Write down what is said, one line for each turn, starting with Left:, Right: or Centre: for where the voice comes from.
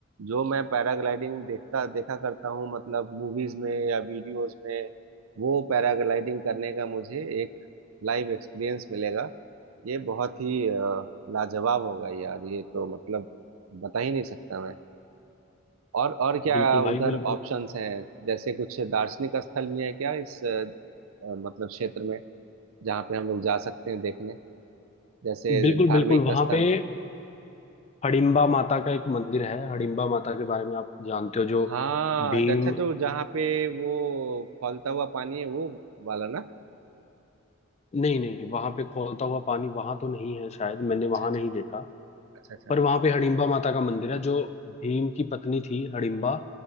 Right: जो मैं पैराग्लाइडिंग देखता देखा करता हूँ मतलब मूवीज में या वीडियोस में वो पैराग्लाइडिंग करने का मुझे एक लाइव एक्सपीरियंस मिलेगा ये बहुत ही अ, लाजवाब होगा यार ये तो मतलब बता ही नहीं सकता मैं और और क्या
Left: बिल्कुल
Right: उधर
Left: भाई बिल्कुल
Right: ऑप्शंस हैं जैसे कुछ दार्शनिक स्थल भी है क्या इस अ, मतलब क्षेत्र में जहाँ पे हम लोग जा सकते हैं देखने जैसे
Left: बिल्कुल
Right: धार्मिक
Left: बिल्कुल वहां
Right: स्थल
Left: पे हडिम्बा माता का एक मंदिर है हडिम्बा माता के बारे में आप जानते हो जो
Right: हाँ
Left: भीम
Right: अच्छा जो जहाँ पे वो खौलता हुआ पानी है वो वाला ना
Left: नहीं नहीं वहां पे खौलता हुआ पानी वहां तो नहीं है शायद मैंने
Right: अच्छा
Left: वहां
Right: अच्छा
Left: नहीं देखा
Right: अच्छा अच्छा
Left: पर वहां पे हडिम्बा माता का मंदिर है जो भीम की पत्नी थी हडिम्बा